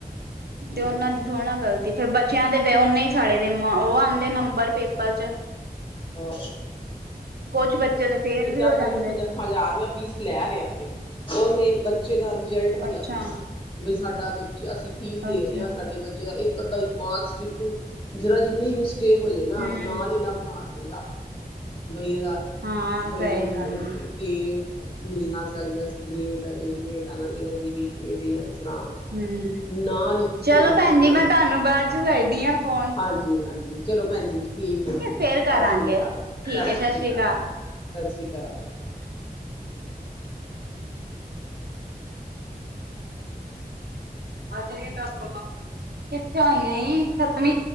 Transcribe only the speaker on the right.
ਤੇ ਉਹਨਾਂ
ਦੀ ਥੋੜ੍ਹਾ ਨਾ ਗ਼ਲਤੀ, ਫਿਰ ਬੱਚਿਆਂ ਦੇ ਉਹਨੇ ਹੀ ਸੜੇ ਦੇ ਉਹ ਆਉਂਦੇ ਨੰਬਰ ਪੇਪਰ ਚ।
ਕੁਛ ਬੱਚੇ ਤਾਂ ਫੇਲ ਵੀ ਹੋ
ਜਾਂਦੇ
ਅੱਛਾ
ਅੱਛਾ
ਹਮ
ਹਾਂ
ਸਹੀ
ਗੱਲ ਹੈ
ਹਮ
ਚਲੋ
ਭੈਣ
ਜੀ ਮੈਂ
ਤੁਹਾਨੂੰ ਬਾਅਦ ਚ ਕਰਦੀ ਹਾਂ ਫੋਨ
ਫੇਰ ਕਰਾਂਗੇ
ਠੀਕ
ਹੈ ਸ੍ਰੀ
ਆ ਜਾਣਗੀਆਂ ਦਸ ਪੰਦਰਾਂ, ਕਿੱਥੇ ਹੋਈਆਂ ਖਤਮ ਈ।